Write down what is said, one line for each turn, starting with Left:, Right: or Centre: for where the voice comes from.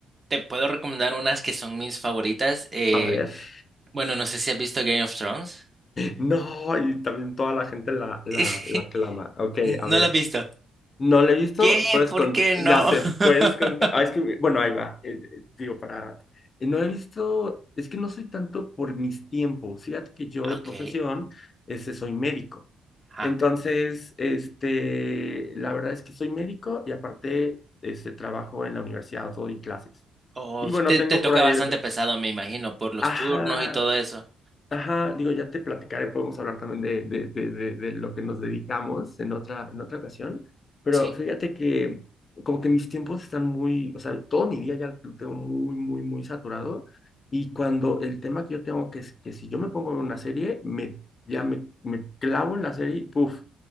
Right: te puedo recomendar unas que son mis favoritas. eh,
Left: A ver. <laughs>
Right: bueno, no sé si has visto Game of Thrones.
Left: No, y también toda la gente la, la,
Right: <laughs>
Left: la clama. Ok,
Right: No
Left: a ver.
Right: la has visto.
Left: No la he visto,
Right: ¿Qué?
Left: puedes
Right: ¿Por
Left: con...
Right: qué no?
Left: ya sé,
Right: <laughs>
Left: puedes contar. Ah, es que, bueno, ahí va. eh, eh, digo, para. eh, no he visto, es que no soy tanto por mis tiempos. Fíjate que yo de
Right: Ok.
Left: profesión, este, soy médico.
Right: Ajá.
Left: Entonces, este, la verdad es que soy médico y aparte, este, trabajo en la universidad, doy clases.
Right: Oh,
Left: Y bueno,
Right: te,
Left: tengo
Right: te toca
Left: por ahí
Right: bastante
Left: otras.
Right: pesado, me imagino, por los
Left: Ajá,
Right: turnos y todo eso.
Left: Ajá, digo, ya te platicaré, podemos hablar también de, de, de, de, de lo que nos dedicamos en otra, en otra ocasión, pero
Right: Sí.
Left: fíjate que como que mis tiempos están muy, o sea, todo mi día ya lo tengo muy, muy, muy saturado y cuando el tema que yo tengo, que es que si yo me pongo a ver una serie, me, ya me, me clavo en la serie, y puf.